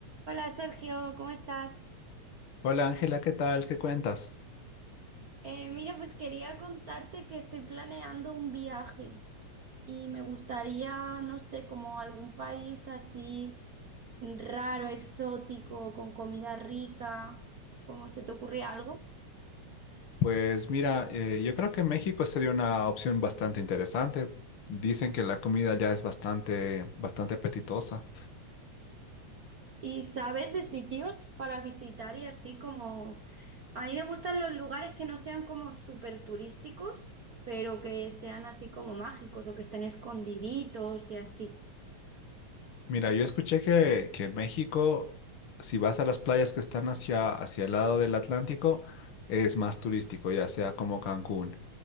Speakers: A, on the right (about 70°); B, on the left (about 50°).
A: Hola Sergio, ¿cómo estás?
B: Hola Ángela, ¿qué tal? ¿Qué cuentas?
A: Eh, mira, pues quería contarte que estoy planeando un viaje y me gustaría, no sé, como algún país así raro, exótico, con comida rica, ¿cómo se te ocurre algo?
B: Pues mira, eh, yo creo que México sería una opción bastante interesante. Dicen que la comida ya es bastante, bastante apetitosa.
A: ¿Y sabes de sitios para visitar y así como... A mí me gustan los lugares que no sean como súper turísticos, pero que sean así como mágicos o que estén escondiditos y así.
B: Mira, yo escuché que, que en México, si vas a las playas que están hacia, hacia el lado del Atlántico, es más turístico, ya sea como Cancún.